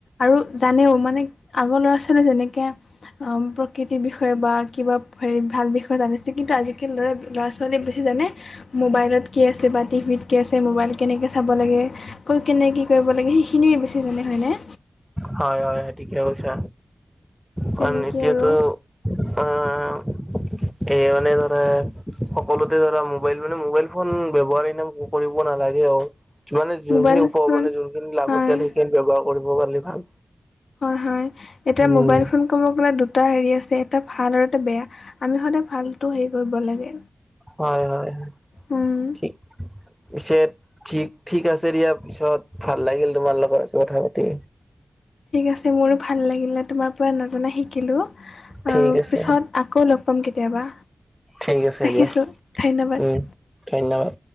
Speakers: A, on the left (about 85°); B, in the centre.
A: আৰু জানেও মানে আগৰ ল'ৰা ছোৱালীয়ে যেনেকে প্ৰকৃতিৰ বিষয়ে বা কিবা হে ভাল বিষয়ে জানিছে কিন্তু আজিকালি ল'ৰা - ল'ৰা ছোৱালী ছোৱালী বেছি জানে মোবাইলত কি আছে বা টিভিত কি আছে মোবাইল কেনেকৈ চাব লাগে। কেনে কি কৰিব লাগে সেইখিনিয়ে বেছি জানে হয়নে।
B: হয়-হয় ঠিকে কৈছো কাৰণ
A: তেনেকে
B: এতিয়াতো
A: আৰু
B: উম, এই মানে ধৰা সকলোতে ধৰা মোবাইল মানে মোবাইল ফোন ব্যৱহাৰ ন কৰিব নালাগে আৰু মানে যোনখিনি
A: মোবাইল
B: উপ
A: ফোন
B: মানে যোনখিনি লাগতিয়াল
A: হয়
B: সেইখিনি ব্যৱহাৰ কৰিব পাৰিলে ভাল।
A: হয়-হয় এতিয়া
B: উম।
A: মোবাইল ফোন কব গলে দুটা হেৰি আছে এটা ভাল আৰু এটা বেয়া। আমি সদায় ভালটো হেৰি কৰিব লাগে
B: হয় হয় হয়
A: উম,
B: ঠিক পিছে ঠিক ঠিক আছে দিয়া পিছত ভাল লাগিল তোমাৰ লগত কথা পাতি।
A: ঠিক আছে মোৰো ভাল লাগিলে তোমাৰ পৰা নজনা শিকিলোঁ।
B: ঠিক
A: আৰু
B: আছে
A: পিছত আকৌ লগ পাম কেতিয়াবা
B: ঠিক আছে
A: ৰাখিছোঁ
B: দিয়া
A: ধন্যবাদ।
B: উম ধন্যবাদ।